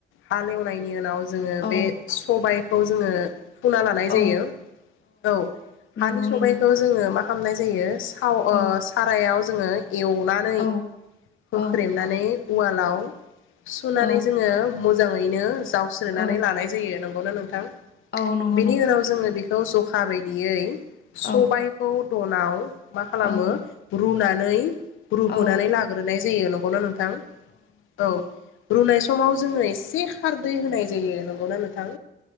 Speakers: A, on the left; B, on the left.
A: हालेवनायनि उनाव जोङो
B: औ
A: बे सबायखौ जोङो फुना लानाय
B: औ
A: जायो औ
B: नंगौ
A: हानि सबायखौ
B: नोंथां
A: जोङो मा खामनाय जायो थाव
B: औ
A: ओ सारायाव जोङो एवनानै
B: औ
A: होख्रेमनानै
B: औ
A: उवालाव सुनानै
B: औ
A: जोङो मो जाङैनो जावस्रोनानै
B: औ
A: लानाय जायो नंगौना नोंथां?
B: औ नंगौ
A: बिनि
B: नंगौ
A: उनाव जोङो बिखौ ज' खा बायदियै सबायखौ
B: औ
A: द'नाव मा खालामो
B: औ
A: रुना नै रुहोनानै
B: औ
A: लाग्रोनाय जायो नंगौनो नोंथां? औ रुनाय समाव जोङो एसे खारदै होनाय जायो नं गौनां नोंथां